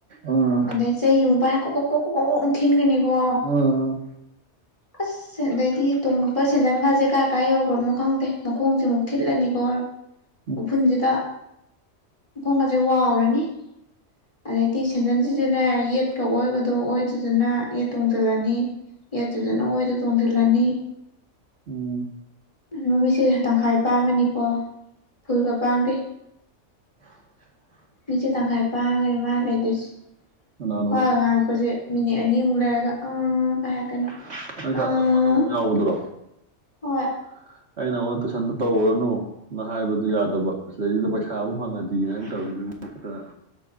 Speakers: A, on the right; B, on the left.
A: ꯑꯥ
B: ꯑꯗꯩ ꯆꯩ ꯑꯃꯨꯛ ꯄꯥꯏꯔꯒ ꯀꯣꯛ ꯀꯣꯛ ꯀꯣꯛ ꯀꯣꯛ ꯀꯣꯛ ꯑꯃꯨꯛ ꯊꯤꯟꯒꯅꯤ ꯀꯣ
A: ꯑꯥ
B: ꯑꯁ ꯑꯗꯩꯗꯤ ꯇꯣꯡꯉꯛꯄ ꯁꯦꯟꯗꯟꯒꯥꯁꯦ ꯀꯥꯏ ꯀꯥꯏ ꯌꯧꯒ꯭ꯔꯝꯅꯣ ꯈꯪꯗꯦ ꯃꯈꯣꯡꯖꯦ ꯑꯃꯨꯛ ꯊꯤꯜꯂꯅꯤꯀꯣ
A: <inaudible>
B: ꯎꯐꯨꯟꯖꯤꯗ ꯃꯈꯣꯡꯒꯁꯦ ꯋꯥꯎꯔꯅꯤ ꯑꯗꯩꯗꯤ ꯁꯦꯟꯗꯟꯖꯤꯖꯨꯅꯦ ꯌꯦꯠꯀ ꯑꯣꯏꯒꯗꯣ ꯑꯣꯏꯗꯨꯗꯅ ꯌꯦꯠ ꯇꯣꯡꯖꯤꯜꯂꯅꯤ ꯑꯗꯨꯗꯅ ꯑꯣꯏꯗꯣ ꯇꯣꯡꯖꯤꯜꯂꯅꯤ
A: ꯎꯝ
B: ꯑꯗꯨ ꯃꯃꯤꯠꯁꯦ ꯇꯪꯈꯥꯏ ꯄꯥꯡꯉꯅꯤꯀꯣ ꯐꯨꯜꯒ ꯄꯥꯡꯗꯦ
A: <inaudible>
B: ꯃꯤꯠꯁꯦ ꯇꯪꯈꯥꯏ ꯄꯥꯡꯉꯒꯅꯤ ꯃꯥ ꯂꯩꯗꯣꯏꯖꯦ
A: ꯀꯅꯥꯅꯣꯕ
B: ꯋꯥꯒ ꯉꯥꯡꯉꯛꯄꯁꯦ ꯃꯤꯅꯤꯠ ꯑꯅꯤꯃꯨꯛ ꯂꯩꯔꯒ ꯑꯥ
A: <unintelligible>
B: ꯀꯥꯏ ꯍꯥꯏꯔꯛꯀꯅꯤ ꯑꯥ ꯍꯣꯏ
A: ꯑꯩ ꯅꯉꯣꯟꯗ ꯇꯨꯏꯁꯟꯗꯣ ꯇꯧꯔꯨꯔꯅꯨ ꯅ ꯍꯥꯏꯕꯗꯤ ꯌꯥꯗꯕ ꯃꯁꯤꯗꯩꯁꯤꯗ ꯄꯩꯁꯥꯕꯨ ꯐꯪꯉꯗꯤꯅ ꯅꯪ ꯇꯧꯔꯤ ꯃꯨꯛꯇꯅ